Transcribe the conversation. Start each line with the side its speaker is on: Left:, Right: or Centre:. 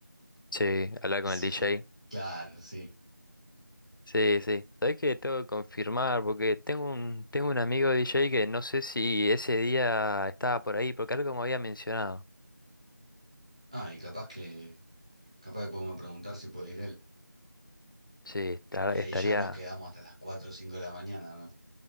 Left: sí, hablar
Right: qué
Left: con
Right: sé
Left: el DJ,
Right: yo. Claro, sí.
Left: Sí, sí. Sabés que tengo que confirmar porque tengo un, tengo un amigo DJ que no sé si ese día estaba por ahí, porque algo me había mencionado.
Right: Ah, y capaz que, capaz que podemos preguntar si puede ir él.
Left: Sí, estar-
Right: Y ahí
Left: estaría.
Right: ya nos quedamos hasta las 4 o 5 de la mañana, ¿no?